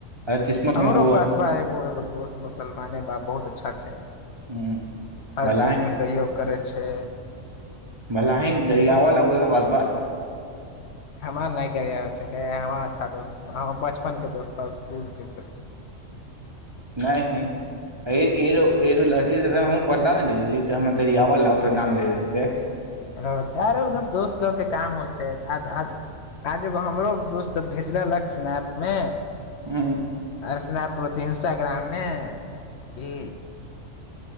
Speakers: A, on the right (about 30°); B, on the left (about 65°).
A: अगर किस्मत
B: हमरो
A: मे हो
B: पास भा एगो एगो दोस्त मुसलमाने बा बहुत अच्छा छै
A: हुँ
B: हर
A: भलाहिं
B: चीज मे सहयोग करै छै
A: भलाहिं गरियाब ओ अलग बातबा
B: भ नहि गरियाब छै कहैय हमार अच्छा दोस्तबा हँ बचपनके दोस्ता इसकुलके
A: नहि ऐ ऐ ऐलोग लरहि हमहूँ पला ने दल तऽ हमरा गरीयाब ल तऽ नाम ले लतै
B: हँ ट तार सब दोस्त के काम होइ छै आ आ आज एगो हमरो दोस्त भेजलक स्नैपमे
A: हँ
B: आर सनप इन्स्टाग्राममे कि